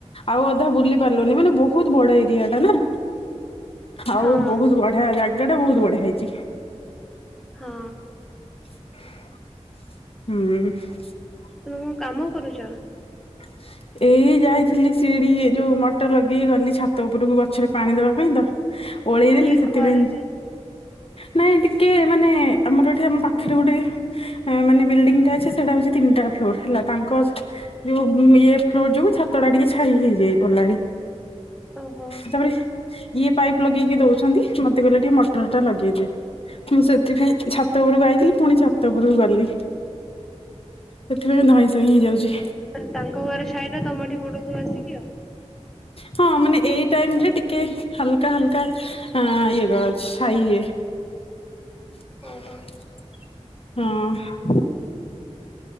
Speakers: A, on the left; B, in the centre.
A: ଆଉ ଅଧା ବୁଲି ପାରିଲୁନି, ମାନେ ବହୁତ ବଡ ଏରିଆଟା ନା। ଆଉ
B: ହଁ
A: ବହୁତ୍ ବଢିଆ, ଜାଗାଟା ବହୁତ୍ ବଢିଆ ହେଇଚି।
B: ହଁ
A: ହୁଁ
B: ତୁମେ କଣ କାମ କରୁଚ?
A: <inaudible> ଏଇ ଯାଇଥିଲି ସିଡି ଏ ଯୋଉ ମଟର ଲଗେଇ ଗଲି ଛାତ ଉପୁରୁକୁ, ଗଛରେ ପାଣି ଦେବା ପାଇଁ ତ। ଓଳେଇଦେଲି,
B: ଏଇ
A: ସେଥିପାଇଁ
B: ଖରାରେ
A: ନାଇଁ ଟିକେ, ମାନେ ଆମର ଏଠି ଆମ୍ ପାଖେରେ ଗୋଟେଇ ମାନେ ବିଲ୍ଡିଂଟା ଅଛି ସେଟା ହଉଛି ତିନ୍ଟା ଫ୍ଲୋର ହେଲା, ତାଙ୍କ ଯୋଉ ଇଏ ଫ୍ଲୋର ଯୋଗୁ ଛାତଟା ଟିକେ ଛାଇ ହେଇଯାଇ ଗଲାଣି।
B: ଓହୋ।
A: ତାପରେ ଇଏ ପାଇପ୍ ଲଗେଇକି ଦଉଛନ୍ତି, ମତେ କହିଲେ ଟିକେ ମଟରଟା ଲଗେଇଦେ। ମୁଁ ସେଥିପାଇଁ ଛାତ ଉପୁରକୁ ଆଇଥିଲି, ପୁଣି ଛାତ ଉପୁରକୁ ଗଲି। ସେଥିପାଇଁ ଧଇଁ ସଇଁ ହେଇଯାଉଚି।
B: ତାଙ୍କ ଘରେ ଛାଇଟା ତମଠି ପଡୁଥିବ ଆସିକି ଆଉ।
A: ହଁ ମାନେ ଏଇ ଟାଇମରେ ଟିକେ ହାଲକା ହାଲକା ଆଁ ଇଏ ଗ ଛାଇ ଇଏ ହଁ।
B: ଓହୋ।